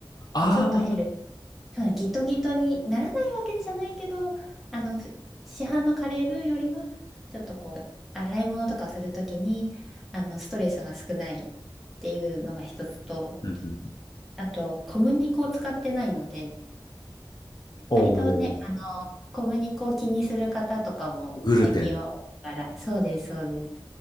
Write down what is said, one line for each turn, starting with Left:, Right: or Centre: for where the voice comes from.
Left: ああー、
Centre: まあ、ちょっとヘル、そうねギトギトにならないわけじゃないけど、あの、ふ市販のカレールーよりは、ちょっとこう、洗い物とかするときに、あの、ストレスが少ないっていうのが一つと、
Left: うんうん
Centre: あと、小麦粉を使ってないので、
Left: おー
Centre: 割とね、あの、小麦粉を気にする方とかも最近は多いから、
Left: グルテン。
Centre: そうです、そうです。